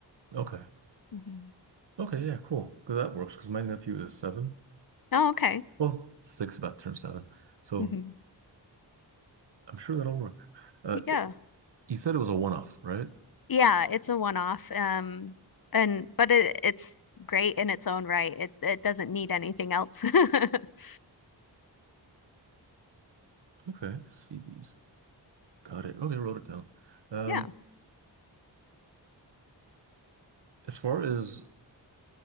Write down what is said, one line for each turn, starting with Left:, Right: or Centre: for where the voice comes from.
Right: Okay.
Left: Mhm.
Right: Okay, yeah, cool. 'Cause that works because my nephew is seven.
Left: Oh, okay.
Right: Well, six about to turn seven. So
Left: hmm
Right: I'm sure that'll work. Uh,
Left: Yeah.
Right: you said it was a one-off, right?
Left: Yeah, it's a one-off. Um, and but it, it's great in its own right. It it doesn't need anything else. <laughs>
Right: Okay. CDs. Got it. Okay, wrote it down. Um,
Left: Yeah.
Right: As far as